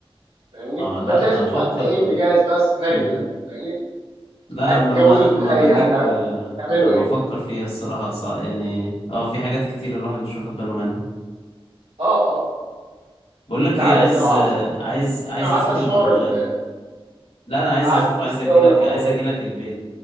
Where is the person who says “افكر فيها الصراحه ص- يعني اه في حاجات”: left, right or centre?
Left